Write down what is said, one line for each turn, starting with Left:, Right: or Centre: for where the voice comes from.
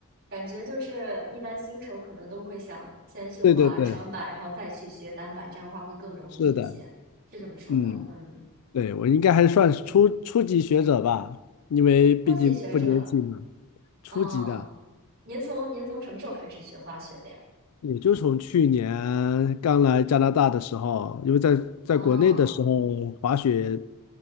Right: 感觉就是一般新手可能都会想先去滑双板，
Left: 对对对，
Right: 然后再去学单板，这样的话会更容易一些，
Left: 是的。
Right: 是这么说的。
Left: 嗯，
Right: 嗯，
Left: 对，我应该还算是初初级学者吧，因为毕竟不年轻嘛，
Right: 初级学者，
Left: 初级的。
Right: 哦，您从您从什么时候开始学滑雪的呀？
Left: 也就从去年刚来加拿大的时候，因为在在国内的时候滑雪
Right: 哦。